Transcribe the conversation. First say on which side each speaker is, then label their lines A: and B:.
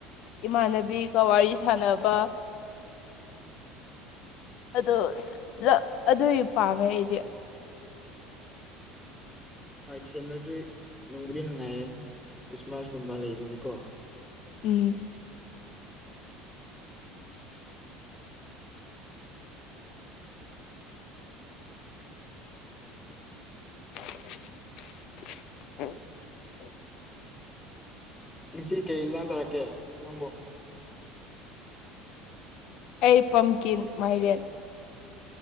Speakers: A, on the left (about 60°); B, on the left (about 20°).
A: ꯏꯃꯥꯟꯅꯕꯤꯒ ꯋꯥꯔꯤ ꯁꯥꯟꯅꯕ ꯑꯗꯨ ꯂ ꯑꯗꯨꯏ ꯄꯥꯝꯃꯦ ꯑꯩꯗꯤ
B: ꯍꯣꯏ ꯗꯤꯁꯦꯝꯕꯔꯗ꯭ꯔꯤ ꯅꯨꯡꯕꯨꯗꯤ ꯅꯨꯡꯉꯥꯏꯌꯦ ꯈ꯭ꯔꯤꯁꯃꯥꯁ ꯀꯨꯝꯕ ꯂꯩꯕꯒꯤꯀꯣ
A: ꯎꯝ <inaudible>
B: ꯉꯁꯤ ꯀꯩ ꯏꯟꯁꯥꯡ ꯆꯥꯔꯛꯀꯦ ꯅꯪꯕꯣ
A: ꯑꯩ ꯄꯝꯀꯤꯟ ꯃꯥꯏꯔꯦꯟ